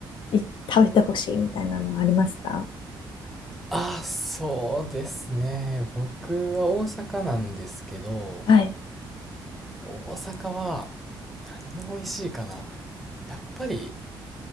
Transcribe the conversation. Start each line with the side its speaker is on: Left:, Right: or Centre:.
Left: い食べてほしいみたいなのはありますか
Centre: あー、そうですね。僕は大阪なんですけど、
Left: はい。
Centre: 大阪は何が美味しいかな。やっぱり